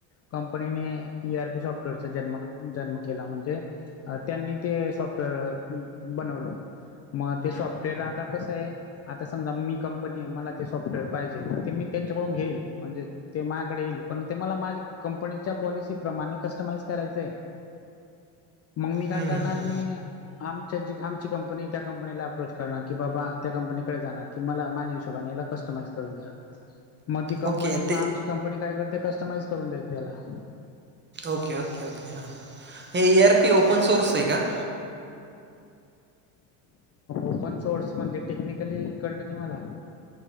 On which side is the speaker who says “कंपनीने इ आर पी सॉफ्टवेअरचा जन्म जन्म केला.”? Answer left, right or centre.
Left